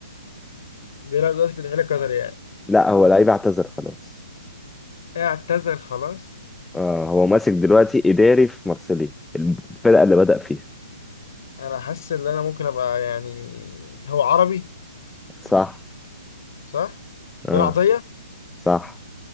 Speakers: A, on the left; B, in the centre.
A: بيلعب دلوقتي في الاتحاد القطري يعني
B: لا هو لعيب اعتزل خلاص
A: اعتذر خلاص
B: آه هو ماسك دلوقتي إداري في مارسيليا الفرقة اللي بدأ فيها
A: انا حاسس ان انا ممكن ابقى يعني هو عربي
B: صح
A: صح بن
B: آه
A: عطية
B: صح